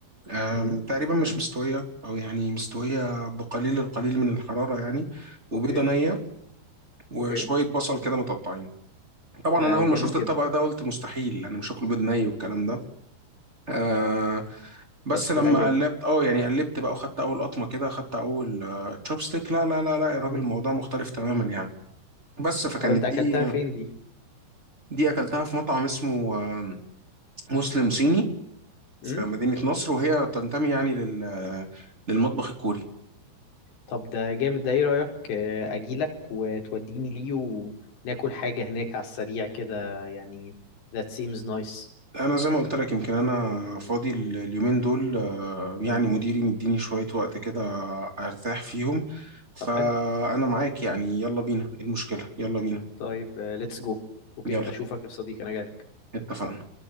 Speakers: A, on the right; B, on the left.
A: آم،
B: امم
A: تقريبا مش مستويه او يعني مستويه بقليل القليل من الحراره يعني وبيضه
B: اوكي
A: نيه وشويه
B: اوكي
A: بصل كده متقطعين طبعا
B: ده
A: انا اول
B: جامد
A: ما شفت
B: جدا
A: الطبق ده قلت مستحيل انا مش هاكل بيض ني والكلام ده آه بس
B: بس طلع
A: لما
B: جامد
A: قلبت اه يعني قلبت بقى وخدت اول قطمه كده خدت اول تشوبستيك لا لا لا لا يا راجل
B: مم.
A: الموضوع مختلف تماما يعني بس فكانت
B: طب انت اكلتها
A: دي
B: فين
A: دي اكلتها في مطعم اسمه آه، مسلم صيني
B: دي
A: في مدينه نصر وهي تنتمي يعني لل آه، للمطبخ الكوري
B: طب ده جامد ده ايه رأيك آه، اجيلك وتوديني ليه وناكل حاجة هناك على السريع كده يعني that seems nice
A: انا زي ما قلت لك يمكن انا فاضي ال- اليومين دول آه، يعني
B: مم.
A: مديري مديني شوية وقت كده ارتاح فيهم فانا
B: طب حلو
A: معاك يعني يلا بينا إيه المشكلة يلا بينا
B: طيب آه، let's go اوكي
A: يلا
B: اشوفك يا صديقي انا جاي
A: اتفقنا